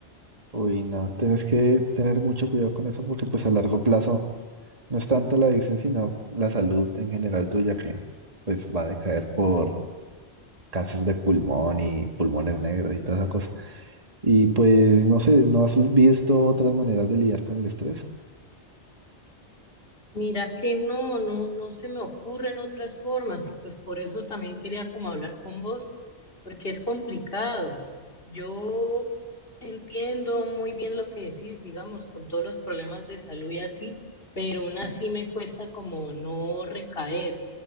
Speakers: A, on the right; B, on the left.
A: Uy, no, tienes que tener mucho cuidado con eso porque pues a largo plazo no es tanto la adicción, sino la salud en general tuya que pues va a decaer por cáncer de pulmón y pulmones negros y toda esa cosa. Y pues no sé, ¿no has visto otras maneras de lidiar con el estrés?
B: Mira que no, no, no se me ocurren otras formas y pues por eso también quería como hablar con vos, porque es complicado. Yo entiendo muy bien lo que decís, digamos, con todos los problemas de salud y así, pero aún así me cuesta como no recaer.